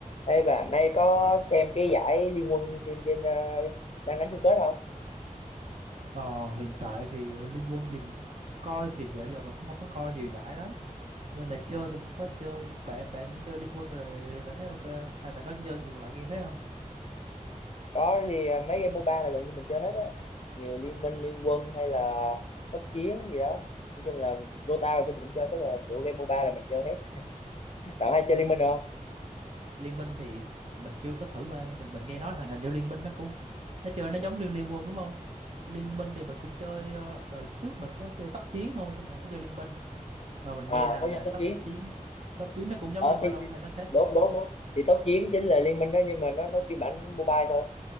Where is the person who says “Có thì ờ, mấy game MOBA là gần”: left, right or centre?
Left